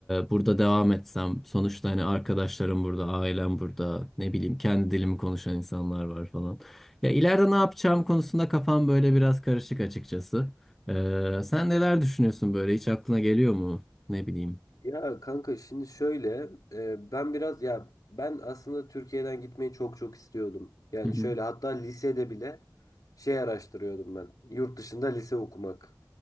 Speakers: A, in the centre; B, on the left.
A: burada devam etsem sonuçta hani arkadaşlarım burada, ailem burada, ne bileyim kendi dilimi konuşan insanlar var falan. Ya ileride ne yapacağım konusunda kafam böyle biraz karışık açıkçası. Ee, sen neler düşünüyorsun böyle hiç aklına geliyor mu? Ne bileyim.
B: Ya kanka şimdi şöyle e, ben biraz ya ben aslında Türkiye'den gitmeyi çok çok istiyordum. Yani
A: Hı hı,
B: şöyle hatta lisede bile şey araştırıyordum ben. Yurt dışında lise okumak.